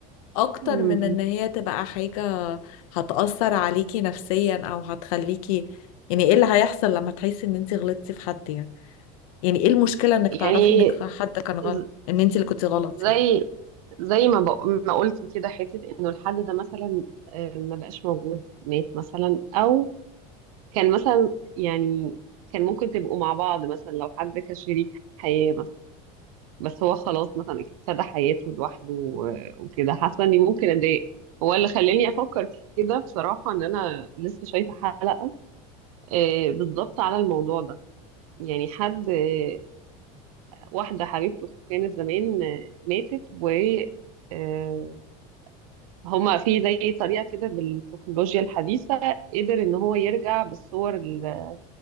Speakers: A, on the left (about 80°); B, on the right (about 85°).
A: أكتر
B: امم
A: من إن هي تبقى حاجة هتأثر عليكي نفسيا أو هتخليكي يعني إيه اللي هيحصل لما تحسي إن أنت غلطتي في حد يعني يعني إيه المشكلة إنك
B: يعني
A: تعرفي إنك حد كان غلط
B: ز-
A: إن أنت اللي كنتي غلط
B: زي
A: يعني
B: زي ما بق- ما قلتي كده حته انه الحد ده مثلا آه، ما بقاش موجود مات مثلا او كان مثلا يعني كان ممكن تبقوا مع بعض مثلا لو حد كشريك حياه بس هو خلاص مثلا ابتدى حياته لوحده و- وكده حاسه اني ممكن اتضايق هو اللي خلاني افكر كده بصراحه ان انا لسه شايفه حلقه آه، بالظبط على الموضوع ده يعني حد آه، واحده حبيبته كانت زمان آه، ماتت و آه، هما في زي طريقه كده بالتكنولوجيا الحديثه قدر ان هو يرجع بالصور ال-